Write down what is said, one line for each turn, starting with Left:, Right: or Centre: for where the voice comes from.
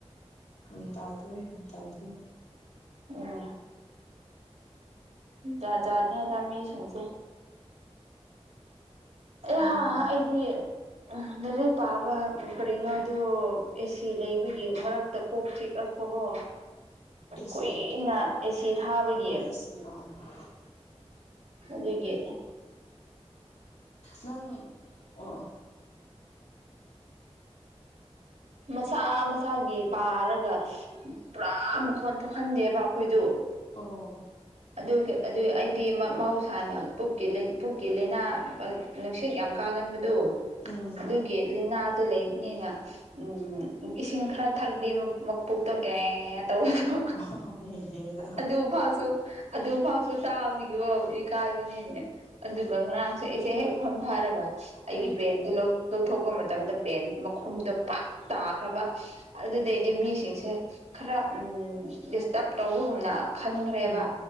Left: ꯏꯇꯗꯦ ꯏꯗꯦ
Right: ꯎꯝ ꯎ ꯆꯥ ꯆꯥꯅꯤ ꯑꯣꯖꯥ ꯃꯤꯁꯤꯡꯁꯦ
Left: ꯈꯪꯗꯦ
Right: ꯑꯦꯍ ꯑꯩꯗꯤ ꯂꯥꯏꯔꯤꯛ ꯄꯥꯕ ꯀꯔꯤꯅꯣꯗꯣ ꯑꯦꯁꯤ ꯂꯩꯕꯒꯤ ꯃꯔꯛꯇ ꯀꯣꯛ ꯆꯤꯦꯛꯂꯛꯄꯀꯣ
Left: ꯑꯦꯁꯦ
Right: ꯀꯨꯏꯅ ꯑꯦꯆꯦ ꯊꯥꯕꯒꯤ
Left: ꯑꯣ ꯑꯦꯁꯤ ꯑꯣ ꯑꯣ
Right: ꯑꯗꯨꯗꯒꯤ
Left: ꯅꯪ ꯑꯣ
Right: ꯃꯁꯥ ꯃꯁꯥꯒꯤ ꯄꯥꯔꯒ ꯄꯨꯔꯥ ꯃꯈꯣꯟ ꯊꯣꯛꯍꯟꯗꯦꯕ ꯑꯩꯈꯣꯏꯗꯨ
Left: ꯑꯣ
Right: ꯑꯗꯨ ꯑꯗꯨ ꯑꯩꯗꯤ ꯃꯍꯧꯁꯥꯅꯦ ꯄꯨꯛꯀꯤ ꯂꯩ ꯄꯨꯛꯀꯤ ꯂꯥꯏꯅꯥ ꯅꯨꯡꯁꯤꯠ ꯌꯥꯝ ꯀꯥꯒꯟꯕꯗꯣ
Left: ꯎꯝ
Right: ꯑꯗꯨꯒꯤ ꯂꯥꯏꯅꯥ ꯑꯗꯨ ꯂꯩꯕꯅꯤꯅ ꯎꯝ ꯏꯁꯤꯡ ꯈꯔ ꯊꯛꯗꯤ ꯃꯄꯣꯛ ꯇꯣꯡꯒꯦ ꯇꯧꯕꯗꯣ
Left: ꯑꯣ ꯍꯦ ꯍꯦ ꯗꯣ
Right: ꯑꯗꯨ ꯐꯥꯎꯁꯨ ꯑꯗꯨꯐꯥꯎꯁꯨ ꯇꯥꯕꯒꯤꯣ ꯏꯀꯥꯏꯕꯅꯦꯅꯦ ꯑꯗꯨꯒ ꯉꯔꯥꯡꯁꯨ ꯑꯩꯁꯦ ꯍꯦꯛ ꯐꯣꯝꯊꯥꯔꯒ ꯑꯩꯒꯤ
Left: ꯑꯩ
Right: ꯄꯦꯟꯗꯨ ꯂꯧꯊꯣꯛꯄ ꯃꯇꯝꯗ ꯄꯦꯟ ꯃꯈꯨꯝꯗꯣ ꯄꯥꯛ ꯇꯥꯈ꯭ꯔꯕ ꯑꯗꯨꯗꯩꯗꯤ ꯃꯤꯁꯤꯡꯁꯦ ꯈꯔ ꯎ ꯗꯤꯁꯇꯔꯕ ꯇꯧꯕꯒꯨꯝꯅ ꯈꯟꯈ꯭ꯔꯦꯕ
Left: ꯎꯝ